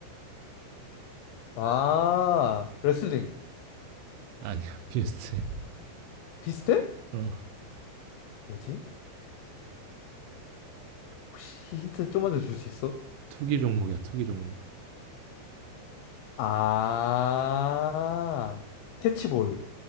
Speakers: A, on the left; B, on the right.
A: 아, 레슬링.
B: 아니야 <laughs> 비슷해.
A: 비슷해?
B: 어.
A: 뭐지? 혹시 힌트 좀만 더 줄 수 있어?
B: 투기 종목이야 투기 종목.
A: 아, 캐치볼.